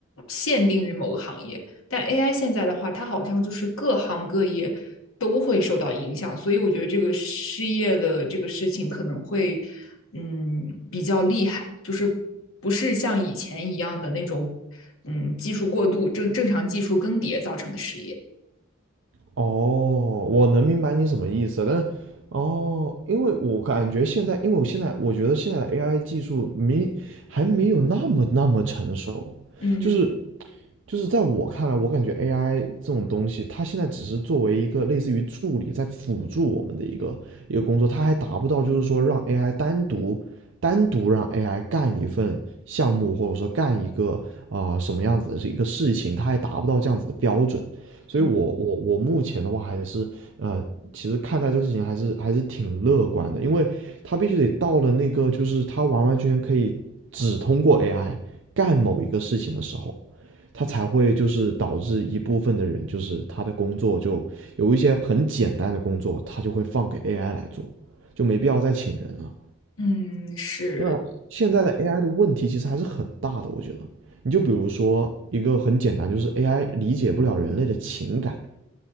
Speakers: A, on the left; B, on the right.
A: 限定于某个行业。但 AI 现在的话，它好像就是各行各业都会受到影响，所以我觉得这个失业的这个事情可能会，嗯，比较厉害，就是不是像以前一样的那种，嗯，技术过度正正常技术更迭造成的失业。
B: 哦，我能明白你什么意思，但哦，因为我感觉现在，因为我现在我觉得现在的 AI 技术没还没有那么那么成熟，
A: 嗯
B: 就是就是在我看来，我感觉 AI 这种东西，它现在只是作为一个类似于助理，在辅助我们的一个一个工作，它还达不到就是说让 AI 单独单独让 AI 干一份项目，或者说干一个啊、呃什么样子的一个事情，它还达不到这样子的标准。所以我我我目前的话还是呃，
A: 嗯
B: 其实看待这个事情还是还是挺乐观的，因为它必须得到了那个就是它完完全全可以只通过 AI 干某一个事情的时候。它才会就是导致一部分的人，就是他的工作就有一些很简单的工作，他就会放给 AI 来做，就没必要再请人了。
A: 嗯，是，
B: 那现在的 AI 的问题其实还是很大的，我觉得。你就比如说一个很简单，就是 AI 理解不了人类的情感，